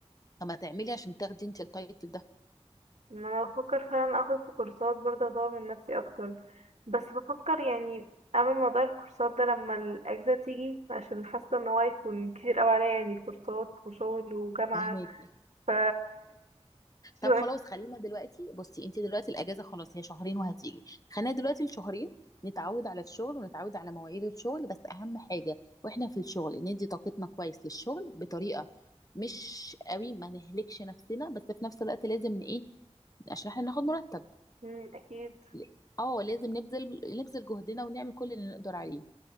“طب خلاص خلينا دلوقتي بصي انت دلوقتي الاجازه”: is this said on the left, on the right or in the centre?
Left